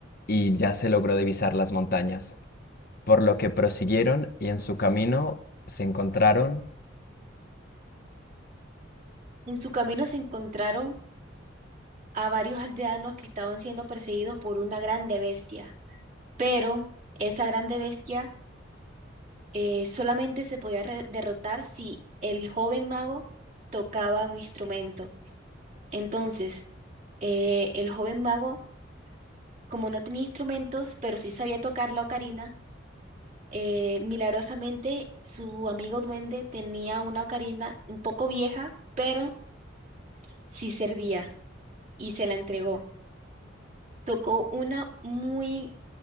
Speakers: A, on the left; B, on the right.
A: y ya se logró divisar las montañas, por lo que prosiguieron y en su camino se encontraron
B: en su camino se encontraron a varios aldeanos que estaban siendo perseguidos por una grande bestia. Pero esa grande bestia eh, solamente se podía re- derrotar si el joven mago tocaba un instrumento. Entonces, eh, el joven mago, como no tenía instrumentos, pero sí sabía tocar la ocarina, Eh, milagrosamente, su amigo duende tenía una ocarina un poco vieja, pero sí servía y se la entregó. Tocó una muy